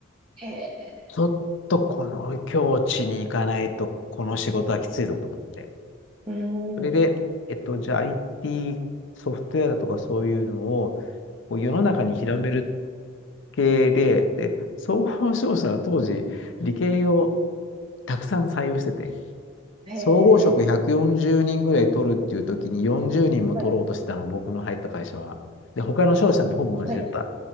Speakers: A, on the right; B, on the left.
A: へえ、
B: ちょっとこの境地に行かないと、この仕事はきついぞと思って。
A: うん。
B: それで、えっと、じゃあ IT ソフトウェアだとかそういうのを、こう世の中に広める系で、で、総合商社が当時、理系をたくさん採用してて、
A: へえ、
B: 総合職140人ぐらい取るっていう時に40人も取ろうとしてたの、
A: はい。
B: 僕の入った会社は。で、他の商社もほぼ同じだった。
A: あ、はい。